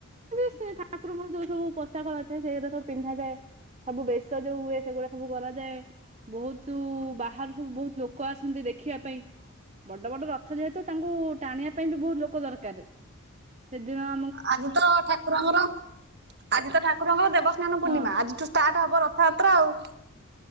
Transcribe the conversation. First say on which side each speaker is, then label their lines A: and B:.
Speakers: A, on the right; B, on the right.
A: ସେ ଠାକୁରଙ୍କର ଯୋଉ ସବୁ ପୋଷାକ ନଥାଏ ସେଇଗୁଡ଼ା ସବୁ ପିନ୍ଧାଯାଏ। ସବୁବେଶ ଯୋଉ ହୁଏ ସେଗୁଡା ସବୁ କରାଯାଏ। ବହୁତ୍ ବାହାରୁ ସବୁ ବହୁତ୍ ଲୋକ ଆସନ୍ତି ଦେଖିବା ପାଇଁ। ବଡ ବଡ ରଥ ଯେହେତୁ ତାଙ୍କୁ ଟାଣିବା ପାଇଁ ବି ବହୁତ୍ ଲୋକ ଦର୍କାରେ। ସେ ଦିନ।
B: ଆଜିତ ଠାକୁରଙ୍କର ଆଜି ତ ଠାକୁରଙ୍କର ଦେବସ୍ନାନ ପୂର୍ଣ୍ଣିମା
A: ହଁ
B: ଆଜିଠୁ ଷ୍ଟ ଷ୍ଟାର୍ଟ ହବ ରଥଯାତ୍ରା ଆଉ।